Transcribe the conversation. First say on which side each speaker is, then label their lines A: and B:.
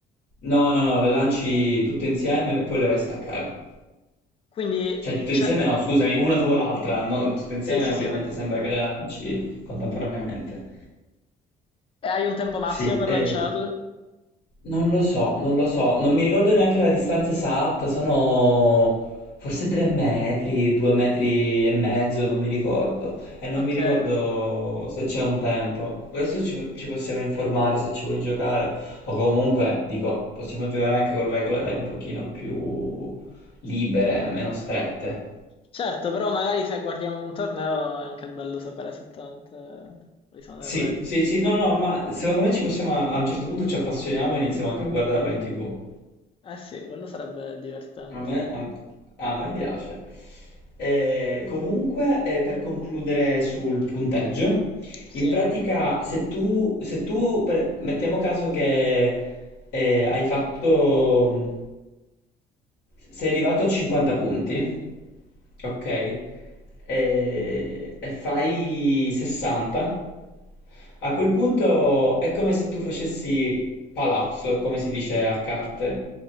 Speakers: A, on the left; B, on the left.
A: No, no, no, le lanci tutte insieme e poi le vai a staccare.
B: Quindi
A: Cioè, tutte
B: cioè
A: insieme no, scusami, una dopo l'altra. no, tutte insieme
B: sì, sì,
A: ovviamente
B: sì.
A: sembra che le lanci contemporaneamente.
B: E hai un tempo
A: Sì,
B: massimo per
A: e...
B: lanciarle?
A: Non lo so, non lo so, non mi ricordo neanche la distanza esatta, sono forse 3 metri, 2 metri e mezzo, non mi ricordo. E non
B: Okay.
A: mi ricordo se c'è un tempo. Adesso ci, ci possiamo informare se ci vuoi giocare. O comunque, dico, possiamo giocare anche con regole un pochino più libere, meno strette.
B: Certo, però magari se guardiamo un torneo è anche bello sapere esattamente quali sono
A: Sì,
B: le regole.
A: sì, sì, no, no, ma secondo me ci possiamo, a un certo punto ci appassioniamo e iniziamo anche a guardarlo in TV.
B: Eh sì, quello sarebbe divertente.
A: A me, a, a me piace. Eh, comunque, eh, per concludere sul punteggio,
B: Sì,
A: in pratica, se tu, se tu per- mettiamo caso che eh, hai fatto, sei arrivato a 50 punti, ok? E, e fai 60, a quel punto è come se tu facessi palazzo, come si dice a carte.